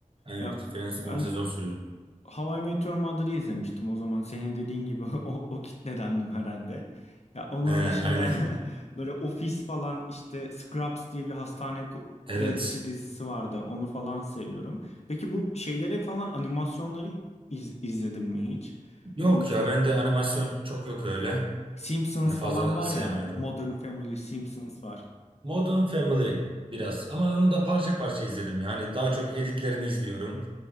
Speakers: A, on the right (about 40°); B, on the left (about 55°).
A: Evet
B: Ya
A: Friends
B: ben
A: 10 sezon sürüyor.
B: How I Met Your Mother'ı izlemiştim o zaman. Senin dediğin gibi <laughs> o, o kitledendim herhalde. Ya onun
A: He, aynen.
B: dışında
A: <laughs>
B: <laughs> böyle Office falan işte Scrubs diye bir hastane ko-
A: Evet.
B: komedisi dizisi vardı. Onu falan seviyorum. Peki bu şeyleri falan animasyonları iz- izledin mi hiç?
A: Yok
B: Bu
A: ya ben de animasyon çok yok öyle.
B: Simpsons
A: Hani fazla
B: falan var
A: sevmiyorum.
B: ya. Modern Family, Simpsons var.
A: Modern Family biraz ama onu da parça parça izledim. Yani daha çok editlerini izliyorum.